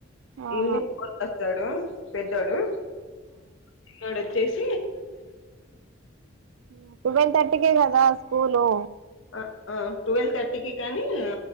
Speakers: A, on the right (about 85°); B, on the left (about 80°).
A: ఆహా
B: ఈవినింగ్ ఫోర్కస్తడు పెద్దోడు, చిన్నోడచ్చేసి
A: ఉమ్ టువెల్ థర్టీకే గదా స్కూలు
B: అ ఆ టువెల్ థర్టీకి కానీ ఆ